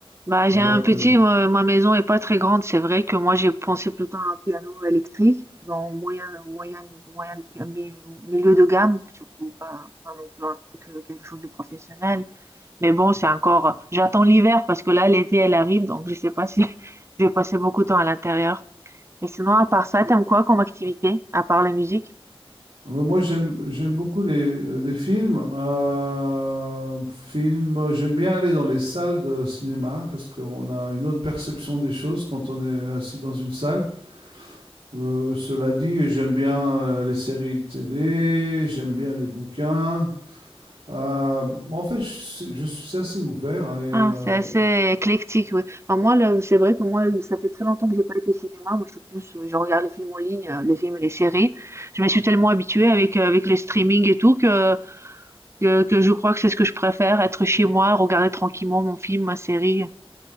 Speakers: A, on the right (about 25°); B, on the right (about 70°).
A: Bah, j'ai
B: Alors
A: un petit,
B: que
A: euh, ma maison est pas très grande, c'est vrai que moi j'ai pensé plutôt à un piano électrique, dans moyen, moyen, moyen, mi- milieu de gamme, surtout pas, pas non plus un truc, euh, quelque chose de professionnel. Mais bon, c'est encore. J'attends l'hiver parce que là, l'été, elle arrive, donc je sais pas si <laughs> je vais passer beaucoup de temps à l'intérieur. Et sinon, à part ça, t'aimes quoi comme activité, à part la musique?
B: Mhm. Ouais, moi, j'aime, j'aime beaucoup les, les films. Euh, films, j'aime bien aller dans les salles de cinéma parce qu'on a une autre perception des choses quand on est assis dans une salle. Euh, cela dit, j'aime bien euh, les séries télé, j'aime bien les bouquins. Euh, en fait, je, suis je suis assez ouvert. hein, et,
A: Ah,
B: euh,
A: c'est assez éclectique, oui. Enfin, moi, là, c'est vrai que moi, ça fait très longtemps que j'ai pas été au cinéma. Moi, je suis plus, euh, je regarde les films en ligne, euh, les films, les séries. Je me suis tellement habituée avec, euh, avec les streaming et tout que, que, que je crois que c'est ce que je préfère, être chez moi, regarder tranquillement mon film, ma série.